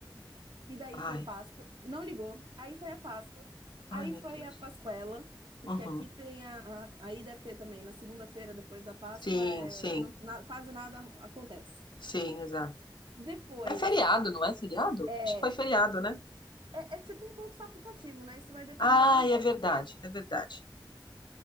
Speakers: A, on the right; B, on the left.
A: e daí
B: Ai,
A: foi Páscoa. Não ligou, aí foi a Páscoa,
B: ai,
A: aí
B: meu
A: foi
B: Deus.
A: a Pascuela. Porque
B: Uhum.
A: aqui tem a, a- Aí deve ter também, na segunda-feira, depois da Páscoa,
B: Sim,
A: é,
B: sim,
A: não- na- quase nada acontece.
B: sim, exato.
A: Depois,
B: É feriado, não é feriado?
A: é,
B: Acho que foi feriado,
A: é,
B: né?
A: é tipo um ponto facultativo, né? Isso vai depender
B: Ai,
A: do lugar.
B: é verdade, é verdade.